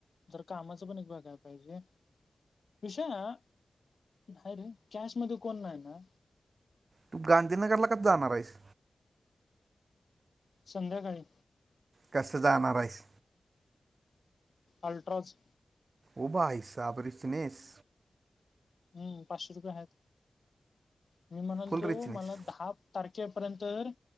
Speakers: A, on the left; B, on the right.
A: जरा कामाच पण एक बघाया पाहिजे? विशा हा. काय रे कॅश मध्ये कोण नाय ना?
B: तू गांधीनगरला कधी जाणारेस?
A: संध्याकाळी.
B: कसं जाणार आहेस?
A: अल्ट्राज
B: ओ भाईसाब रिचनेस.
A: हम्म पाचशे रुपये आहेत. मी म्हणाल
B: फुल
A: तो
B: रिचनेस
A: मला दहा तारखेपर्यंत तर